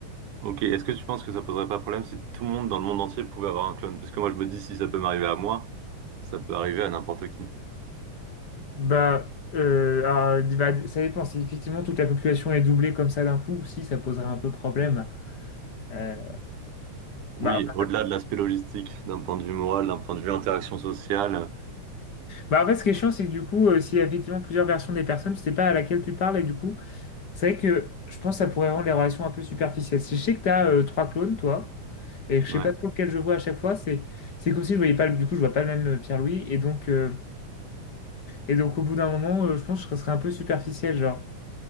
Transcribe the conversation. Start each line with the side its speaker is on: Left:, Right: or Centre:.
Right: Ok, est-ce que tu penses que ça poserait pas problème si tout le monde dans le monde entier pouvait avoir un clone? Parce que moi, je me dis, si ça peut m'arriver à moi, ça peut arriver à n'importe qui.
Left: Bah, euh, alors, d- bah, ça dépend. Si effectivement toute la population est doublée comme ça d'un coup, si, ça poserait un peu problème. Euh,
Right: Oui,
Left: bah,
Right: au-delà de l'aspect logistique, d'un point de vue moral, d'un point de vue interaction sociale. euh,
Left: Bah en fait, ce qui est chiant, c'est que du coup, euh, s'il y a effectivement plusieurs versions des personnes, tu sais pas à laquelle tu parles, et du coup, c'est vrai que je pense que ça pourrait rendre les relations un peu superficielles. Si je sais que tu as trois clones, toi, et que je
Right: Ouais.
Left: sais pas trop lequel je vois à chaque fois, c'est c'est comme si je voyais pas, le- du coup, je vois pas le même euh, Pierre-Louis, et donc, euh, et donc au bout d'un moment, euh, je pense que je serais un peu superficiel, genre.